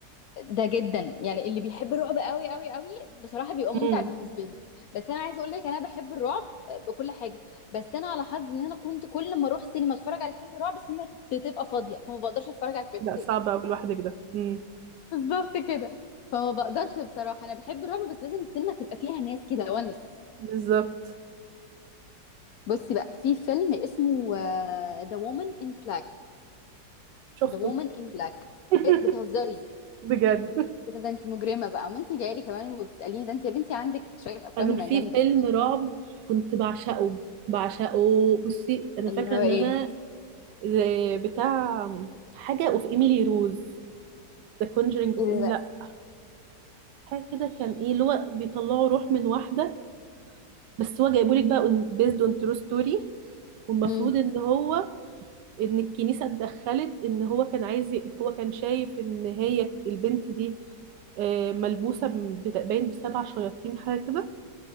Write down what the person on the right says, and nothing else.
امم
لا صعب أوي لوحدك ده امم
بالظبط
شفته
<laughs>
بجد
انا في
فيلم رعب كنت بعشقه بعشقه بصي انا
فاكره
ان
انا زي بتاع حاجه اوف ايميلي روز ذا كونجرينج اوف
ايميلي
لا حاجه كده كان ايه اللي هو بيطلعوا روح من واحده بس هو جايبولك بقى بيزد اون ترو ستوري والمفروض
ان هو ان الكنيسة اتدخلت ان هو كان عايز ي- هو كان شايف ان هي البنت دي آه، ملبوسة ب- بت- باين بسبع شياطين حاجة كده